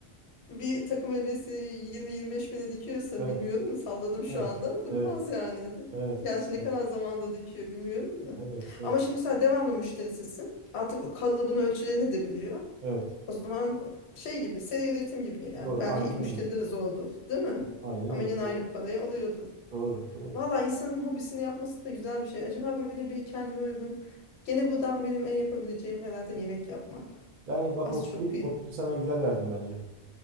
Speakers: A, on the left (about 80°); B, on the right (about 55°).
A: bir takım elbisesi 20-25 bine dikiyorsa
B: Evet,
A: bilmiyorum salladım şu
B: evet,
A: anda bıkmaz
B: evet,
A: yani.
B: evet,
A: Gerçi ne
B: evet,
A: kadar zamanda dikiyor bilmiyorum da.
B: evet, evet.
A: Ama şimdi sen devamlı müşterisisin. Artık kalıbını ölçülerini de biliyor.
B: evet.
A: O zaman şey gibi seri üretim gibi yani
B: Doğru,
A: belki
B: aynen
A: ilk müşteri
B: öyle.
A: de zordur değil mi?
B: Aynen
A: Ama
B: öyle.
A: yine aynı parayı alıyordur.
B: Doğru, doğru.
A: Valla insanın hobisini yapması da güzel bir şey. Acaba böyle bir kendime uygun. Gene buradan benim en yapabileceğim herhalde yemek yapmak.
B: Yani bak
A: Az
B: o fikir,
A: çok bir.
B: o fikir sana güzel verdim bence.